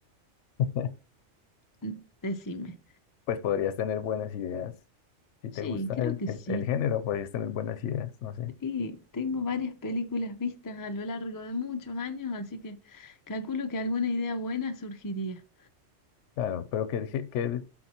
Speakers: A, on the left (about 75°); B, on the left (about 30°).
A: <laughs>
B: N- Decime.
A: Pues podrías tener buenas ideas. Si
B: Sí,
A: te gusta
B: creo
A: el,
B: que
A: el,
B: sí.
A: el género, podrías tener buenas ideas, no sé.
B: Y tengo varias películas vistas a lo largo de muchos años, así que calculo que alguna idea buena surgiría.
A: Claro, pero ¿qué, qué, qué